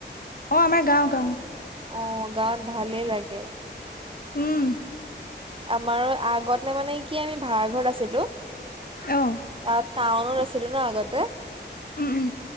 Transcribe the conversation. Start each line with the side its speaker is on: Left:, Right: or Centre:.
Left: অ আমাৰ গাও গাও।
Right: অ গাঁৱত ভালেই লাগে।
Left: উম,
Right: আমাৰ আগত নে মানে কি আমি ভাড়া ঘৰত আছিলো।
Left: অ,
Right: তাত টাউনত আছিলোঁ ন আগতে
Left: উম উম,